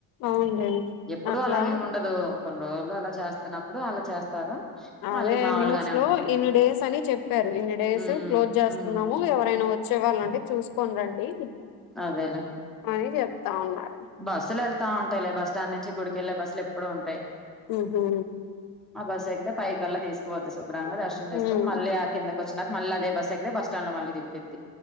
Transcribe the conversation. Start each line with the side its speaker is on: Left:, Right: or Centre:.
Left: అవునులే
Centre: ఎప్పుడు
Left: అట్లా
Centre: అలాగేమి ఉండదు కొన్ని రోజులు అలా చేస్తున్నప్పుడు అలా చేస్తారు
Left: అదే
Centre: మళ్ళీ మాములుగానే
Left: న్యూస్ లో
Centre: ఉంటది
Left: ఇన్ని డేస్ అని చెప్పారు ఇన్ని డేస్
Centre: ఉమ్
Left: క్లోజ్ చేస్తున్నాము
Centre: ఉమ్
Left: ఎవరైనా వ చ్చేవాళ్ళంటే చూసుకోని రండి
Centre: అదేలే
Left: అని చెప్తా ఉన్నారు
Centre: బస్సులేల్ ల్తా ఉంటాయిలే బస్ స్టాండ్ నుంచి గుడికెళ్లే బస్సులు ఎప్పుడు ఉంటాయి
Left: ఉహూ.
Centre: ఆ బస్సు ఎక్కితే పై కల్లా తీసుకపోతది శుభ్రంగా దర్శనం చేసుకొని
Left: ఉమ్
Centre: మళ్ళీ ఆహ్ కిందకు. వచ్చినక మళ్లీ అదే బస్ ఎక్కితే బస్టాండ్ లో మళ్ళిదింపిది.